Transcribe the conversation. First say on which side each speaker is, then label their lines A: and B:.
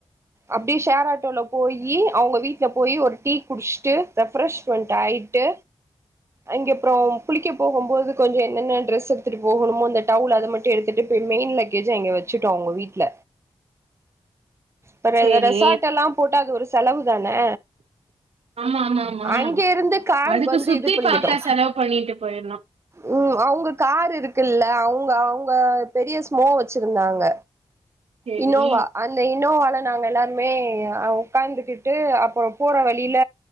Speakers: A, on the right; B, on the right.
A: அப்டியே ஷேர் ஆட்டோல போயி அவங்க வீட்டுல போய் ஒரு டீ குடிச்சுட்டு ரெப்ரெஷ்மெண்ட் ஆயிட்டு அங்கப்புறம் குளிக்க போகும் போது கொஞ்சம் என்னென்ன ட்ரெஸ் எடுத்துட்டு போகணமோ அந்த டவுல் அதை மட்டும் எடுத்துட்டு போய் மெயின் லக்கேஜ் அங்க வச்சுட்டோம் அவங்க வீட்டு இல்ல அப்றம்ரெசார்ட்
B: சேரி
A: எல்லாம் போட்டா அது ஒரு செலவு தானே
B: ஆமா ஆமா ஆமா
A: அங்க இருந்து கார்
B: அதுக்கு
A: வந்து
B: சுத்தி
A: இது பண்ணிக்கிட்டோம்
B: பாக்க செலவு பண்ணிட்டு போயிர்ணு
A: உ அவுங்க கார் இருக்குல்ல அவுங் அவுங்க பெரிய ஸ்மோ வச்சிருந்தாங்க
B: சேரி
A: இன்னோவா அந்த இன்னோவால நாங்க எல்லாருமே உட்கார்ந்துகிட்டு அப்புறம் போற வழியில